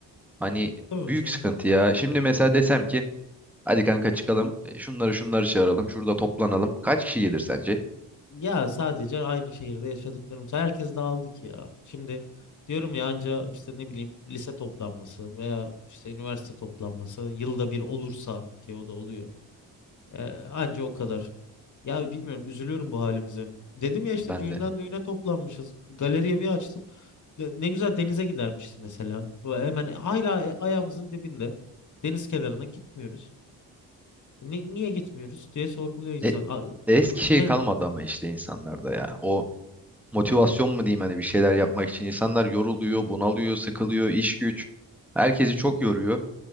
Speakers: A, in the centre; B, on the left.
A: Hani
B: Tabii
A: büyük
B: canım.
A: sıkıntı ya. Şimdi mesela desem ki hadi kanka çıkalım e, şunları şunları çağıralım şurada toplanalım. Kaç kişi gelir sence?
B: Ya sadece aynı şehirde yaşadıklarımız. Herkes dağıldı ki ya. Şimdi diyorum ya anca işte ne bileyim lise toplanması veya işte üniversite toplanması yılda bir olursa ki o da oluyor. Ee, anca o kadar. Ya bilmiyorum üzülüyorum bu halimize. Dedim ya işte
A: Ben
B: düğünden
A: de.
B: düğüne toplanmışız. Galeriye bir açtım. Ne ne güzel denize gidermişiz mesela. Ve hemen hala e, ayağımızın dibinde. Deniz kenarına gitmiyoruz. Ni- niye gitmiyoruz diye sorguluyor insan.
A: E,
B: A-
A: eski şey
B: Ne,
A: kalmadı ama işte insanlarda ya. O motivasyon mu diyeyim hani bir şeyler yapmak için. insanlar yoruluyor, bunalıyor, sıkılıyor, iş güç. Herkesi çok yoruyor.